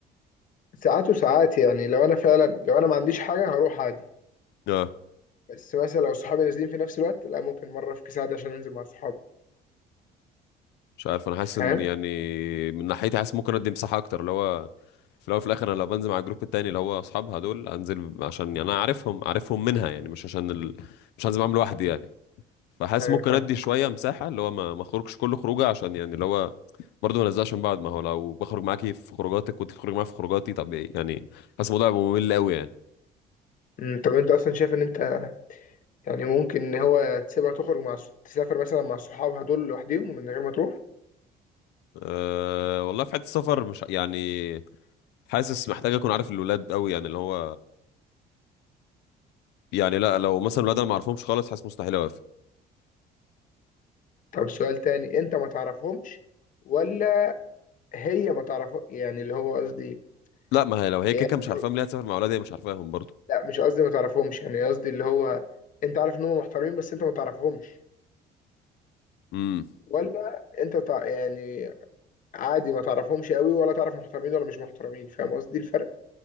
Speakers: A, on the left; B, on the left.
A: ساعات وساعات يعني لو انا فعلا لو انا ما عنديش حاجه هروح عادي
B: آه.
A: بس مثلا لو صحابي نازلين في نفس الوقت لا ممكن مره افكس عادي عشان انزل مع صحابي
B: مش عارف انا حاسس
A: فاهم
B: ان يعني من ناحيتي حاسس ممكن ادي مساحه اكتر اللي هو في الاول وفي الاخر انا لو بنزل مع الجروب التاني اللي هو اصحابها دول انزل عشان يعني انا عارفهم عارفهم منها يعني مش عشان ال... مش هنزل معاهم لوحدي يعني فحاسس
A: ايوه
B: ممكن
A: فاهم
B: ادي شويه مساحه اللي هو ما ما اخرجش كل خروجه عشان يعني اللي هو برضه ما نزلش من بعض ما هو لو بخرج معاكي في خروجاتك وانت بتخرج معايا في خروجاتي طب ايه يعني حاسس الموضوع هيبقى ممل قوي يعني
A: مم، طب انت اصلا شايف ان انت يعني ممكن ان هو تسيبها تخرج مع ص- تسافر مثلا مع صحابها دول لوحدهم ومن غير ما تروح
B: أه والله في حته السفر مش يعني حاسس محتاج اكون عارف الولاد قوي يعني اللي هو يعني لا لو مثلا الولاد انا ما اعرفهمش خالص حاسس مستحيل اوافق
A: طب سؤال تاني انت ما تعرفهمش ولا هي ما تعرف يعني اللي هو قصدي
B: لا ما هي لو هي
A: يعني
B: كيكه
A: انت
B: مش
A: لو
B: عارفاهم ليه هتسافر مع اولادها هي مش عارفاهم برضو
A: لا مش قصدي ما تعرفهمش يعني قصدي اللي هو انت عارف ان هم محترمين بس انت ما تعرفهمش
B: امم
A: ولا انت تع... يعني عادي ما تعرفهمش قوي ولا تعرف محترمين ولا مش محترمين فاهم قصدي الفرق